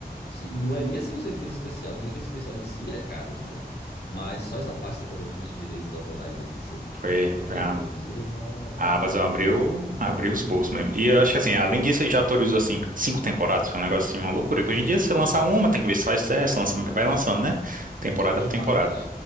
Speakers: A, on the left; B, on the right.
A: Sim, não é nem assim os efeitos especiais. Os efeitos especiais em si é caros, né? Mas só essa parte que você falou dos direitos autorais aí, que você-
B: Foi,
A: de poder
B: foi a,
A: reproduzir, não, velho.
B: a Amazon abriu, abriu os bolsos mesmo. E eu acho que assim, além disso, ele já autorizou assim cinco temporadas, foi um negócio assim, uma loucura. Que hoje
A: Sim,
B: em dia você lança uma, tem que ver se faz sucesso, lança, vai lançando, né? Temporada
A: já fecha
B: por temporada.
A: um pacote.